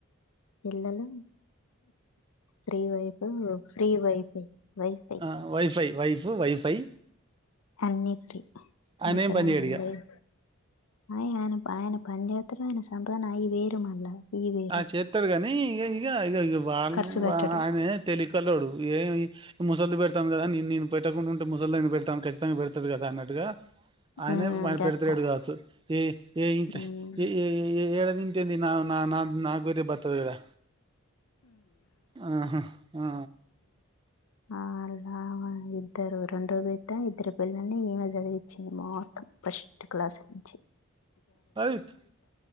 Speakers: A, on the left (about 80°); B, on the right (about 20°).
A: పిల్లలు ఫీ వైఫ్ ఫీ వైఫ్ తే వైఫై
B: ఆ వైఫై వైఫ్ వైఫై
A: అన్ని ఫ్రీ
B: ఆయన
A: ముసలాం
B: ఏం పని చేయడు
A: మొబైల్
B: ఇగ
A: అయి ఆయన ఆయన పని చేత్తడు ఆయన సంపాదన అయి వేరు మళ్ళా ఈ వేరు
B: ఆ చెత్తడు కానీ ఇక ఇక ఇక వాళ్ళ
A: ఖర్చు పెట్టడు
B: ఆయన తెలివి కల్లోడు ఏమి ఇప్పుడు ముసల్ది పెడతాను కదా నే నేను పెట్టకుండా ఉంటే ముసలి దానికి నేను పెడాను ఖచ్చితంగా పెడతది కదా అన్నట్టుగా ఆయన
A: ఉమ్
B: ఆయన
A: గట్ట
B: పెడుతలేడు కావచ్చు ఏ ఏ ఇంకా
A: ఉమ్
B: ఏ ఏ ఏడా ఏ ఇంకేంది నా నా నాకు వేటే బతుకుతాది కదా ఆహా ఆ
A: ఆల్ అ ఆ ఇద్దరు రెండో బేట ఇద్దరు పిల్లల్ని ఈమె చదివిచ్చింది మొత్తం ఫస్ట్ క్లాస్ చి
B: సవిత్